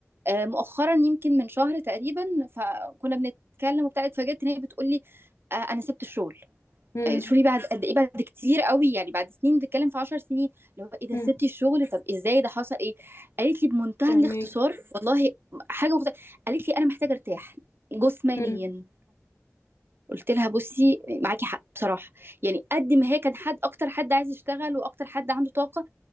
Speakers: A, on the right; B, on the left.
A: آه، مؤخرا يمكن من شهر تقريبا فكنا بنتكلم وبتاع اتفاجئت ان هي بتقول لي آه، انا سبت الشغل
B: امم
A: آه، شوفي بعد قد ايه بعد كتير قوي يعني بعد سنين بتتكلم في 10 سنين اللي هو ايه ده
B: امم
A: سبتي الشغل طب ازاي ده حصل ايه قالت لي بمنتهى
B: فهماكي
A: الاختصار والله حاجه مخت... قالت لي انا محتاجه ارتاح جسمانيا
B: امم
A: قلت لها بصي معاكي حق بصراحه يعني قد ما هي كان حد اكتر حد عايز يشتغل واكتر حد عنده طاقه